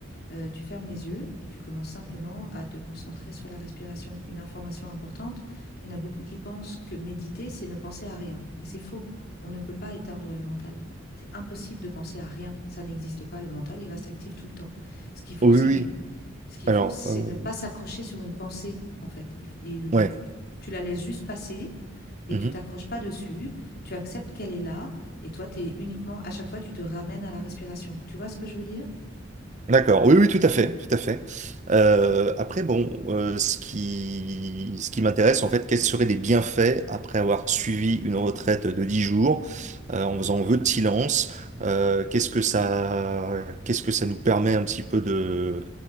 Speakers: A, on the left; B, on the right.
A: euh, tu fermes les yeux et tu commences simplement à te concentrer sur la respiration. Une information importante, il y en a beaucoup qui pensent que méditer, c'est ne penser à rien. Et c'est faux. On ne peut pas éteindre le mental. C'est impossible de penser à rien. Ça n'existe pas. Le mental, il reste actif tout le temps. Ce qu'il faut,
B: Oui,
A: c'est
B: oui.
A: ce qu'il
B: Alors,
A: faut, c'est
B: euh,
A: ne pas s'accrocher sur une pensée, en fait. et, euh,
B: ouais.
A: tu, tu- tu la laisses juste passer et
B: Mhm.
A: tu t'accroches pas dessus. Tu acceptes qu'elle est là et toi, tu es uniquement, à chaque fois, tu te ramènes à la respiration. Tu vois ce que je veux dire?
B: D'accord, oui, oui, tout à fait, tout à fait. Euh, après, bon, euh, ce qui, ce qui m'intéresse, en fait, quels seraient les bienfaits après avoir suivi une retraite de 10 jours, euh, en faisant vœu de silence, euh, qu'est-ce que ça, qu'est-ce que ça nous permet un petit peu de,